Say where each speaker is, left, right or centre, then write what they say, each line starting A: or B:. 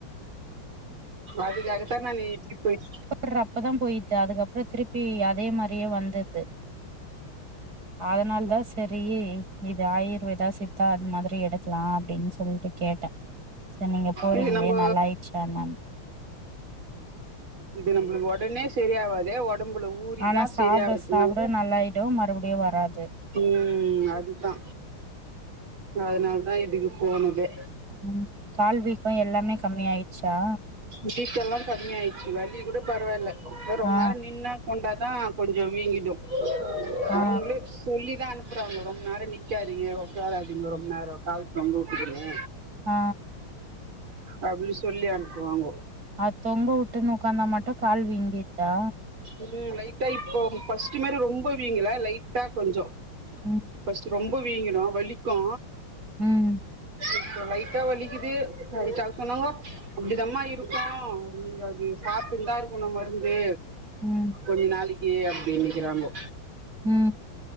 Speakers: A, on the right; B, on the right.
A: அதுக்காக தா நானு இப்டி போய்ட்
B: ர் அப்பதா போயிட்து அதுக்கப்றோ திருப்பி அதே மாரியே வந்துர்து அதனால் தா செரி இது ஆயுர்வேதா, சித் தா அது மாதிரி எடுக்லா அப்டின் சொல்ட்டு கேட்டே சேரி நீங்க போறீங்ளே
A: இது நம்ப
B: நல்லாய்ர்ச்சா என்னன்
A: இது நம்பளுக் ஒடனே சரியாவாது ஒ டம்புல ஊறிதா
B: ஆனா சாப்ட
A: செரியாவுன்னம்போது
B: சாப்ட நல்லாயிடு மறுபடியு வராது
A: ம் அது தா அதனால் இதுக்கு போனதே
B: ம் கால் வீக் கமே கம்மியாயிர்ச்சா
A: வீக்கோல்லா கம்மியாயிர்ச்சு வலி கூட பரவால்ல ஆனா ரொம்
B: ஆ
A: நேரோ நின்னா கொண்டா தா கொஞ்சோ வீங்கிடு
B: ஆ
A: அவுங்ளே சொல்லிதா அனுப்பறாங்க ரொம் நேரோ நிக்காதீங்க ஒக்காராதீங்க ரொம் நேரோ கால் தொங்கவுட்டுகினு
B: ஆ
A: அப்டினு சொல்லி அனுப்புவாங்கோ
B: அது தொங்கவுட்டுனு ஒக்காந்தா மட்டு கால் வீங்கிர்தா
A: ம் லைட்டா இப்போ ஃபஸ்ட்டு மாரி ரொம்ப வீங்கல லைட்டா கொஞ்சோ
B: ம்
A: ஃபஸ்ட்டு ரொம்ப வீங்கிரு வலிக்கு
B: ம்
A: இப்ப லைட்டா வலிக்கிது வலிச்சா சொன்னாங்கோ அப்டிதம்மா இருக்கு அது நீங்க அது சாப்ட்டுட் தா இருக்கணு மருந்து
B: ம்
A: கொஞ்ச நாளைக்கு அப்டிங்கறாங்கோ
B: ம்